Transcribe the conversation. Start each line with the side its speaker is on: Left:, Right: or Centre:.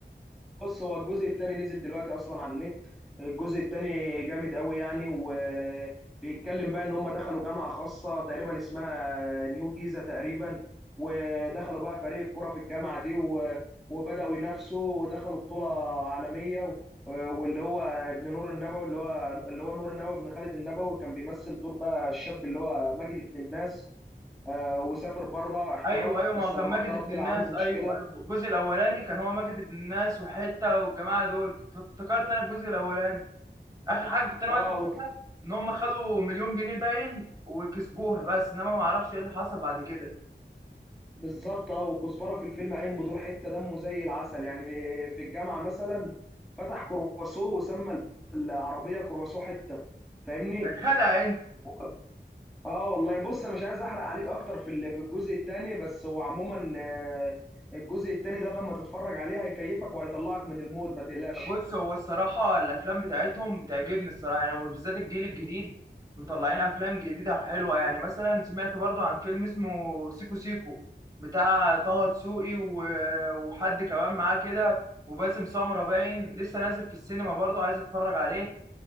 Centre: بص هو الجزء التاني نزل دلوقتي اصلا على النت الجزء التاني جامد قوي يعني وبيتكلم بقى ان هم دخلوا جامعة خاصة تقريبا اسمها نيو جيزة تقريبا ودخلوا بقى فريق كرة في الجامعة دي و- وبدأوا ينافسوا ودخلوا بطولة عالمية و... واللي هو ابن نور النبوي اللي هو اللي هو نور النبوي ابن خالد النبوي كان بيمثل دور بقى الشاب اللي هو ماجد ابن الناس آه، وسافر بره احترف
Right: ايوه ايوه ما
Centre: بس
Right: هو كان
Centre: لما
Right: ماجد
Centre: احترف
Right: ابن
Centre: طلع
Right: الناس
Centre: عنده مشكلة
Right: ايوه ايوه الجزء الاولاني كان هو ماجد ابن الناس وحته والجماعه دول كنت افتكرت انا الجزء الاولاني اخر حاجه كنت انا
Centre: اه
Right: واقف على ان هم خدوا مليون جنيه باين وكسبوها بس انما ما اعرفش ايه اللي حصل بعد كده
Centre: بالظبط اه وكزبره في الفيلم قايم بدور حته دمه زي العسل يعني في الجامعه مثلا فتح كرواسو وسمى العربيه كرواسو حته فاهمني
Right: يا جدع
Centre: و- اه والله بص انا مش عايز احرق عليك اكتر في ال- في الجزء الثاني بس هو عموما آه، الجزء الثاني ده لما تتفرج عليه هيكيفك وهيطلعك من المود ما تقلقش
Right: بص هو الصراحة الأفلام بتاعتهم بتعجبني الصراحة يعني وبالذات الجيل الجديد مطلعين أفلام جديدة حلوة يعني مثلا سمعت برضو عن فيلم اسمه سيكو سيكو بتاع طه دسوقي و- وحد كمان معاه كده وباسم سمرة باين لسه نازل في السينما برضو عايز أتفرج عليه